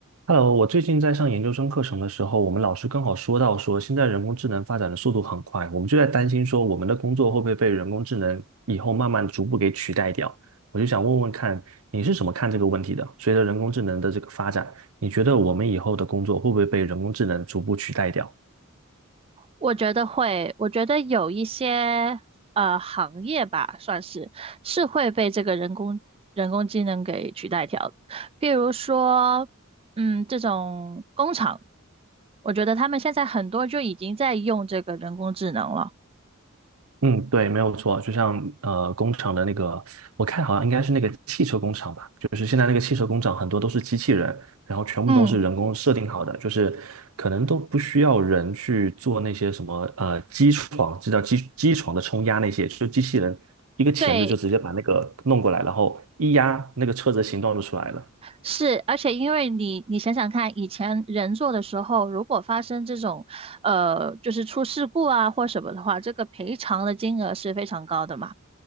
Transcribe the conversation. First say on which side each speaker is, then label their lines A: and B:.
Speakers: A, on the right (about 75°); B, on the right (about 25°).
A: Hello，我最近在上研究生课程的时候，我们老师刚好说到说，现在人工智能发展的速度很快，我们就在担心说，我们的工作会不会被人工智能以后慢慢逐步给取代掉？我就想问问看，你是怎么看这个问题的？随着人工智能的这个发展，你觉得我们以后的工作会不会被人工智能逐步取代掉？
B: 我觉得会，我觉得有一些呃行业吧，算是是会被这个人工人工智能给取代掉的，比如说，嗯，这种工厂，我觉得他们现在很多就已经在用这个人工智能了。
A: 嗯，对，没有错，就像呃，工厂的那个，我看好像应该是那个汽车工厂吧，就是现在那个汽车工厂很多都是机器人，然后全部都是人工设定好的，
B: 嗯，
A: 就是可能都不需要人去做那些什么呃机床，知叫机机床的冲压那些，就是机器人一个钳子就直接把那个弄过来，
B: 对，
A: 然后一压，那个车子形状就出来了。
B: 是，而且因为你你想想看，以前人做的时候，如果发生这种呃就是出事故啊或什么的话，这个赔偿的金额是非常高的嘛。